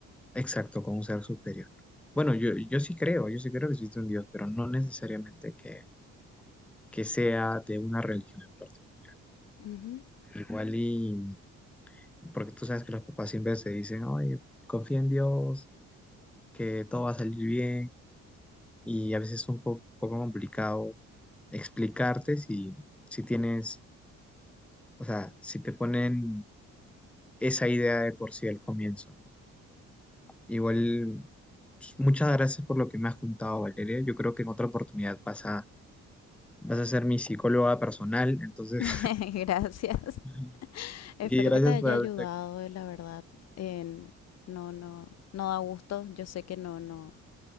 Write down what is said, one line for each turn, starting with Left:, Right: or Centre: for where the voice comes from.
Centre: exacto, con un ser superior. Bueno, yo, yo sí creo, yo sí creo que existe un Dios, pero no necesariamente que, que sea de una religión en particular.
Left: Ujú.
Centre: Igual y, porque tú sabes que los papás siempre se dicen, oye, confía en Dios, que todo va a salir bien y a veces es un po- poco complicado explicarte si, si tienes, o sea, si te ponen esa idea de por sí al comienzo, ¿no? Igual, pues, muchas gracias por lo que me has contado, Valeria. Yo creo que en otra oportunidad vas a, vas a ser mi psicóloga personal, entonces,
Left: <laughs> Gracias.
Centre: <laughs>
Left: Espero
Centre: y gracias
Left: que te haya
Centre: por haberte...
Left: ayudado, eh, la verdad. En- no, no, no da gusto. Yo sé que no, no,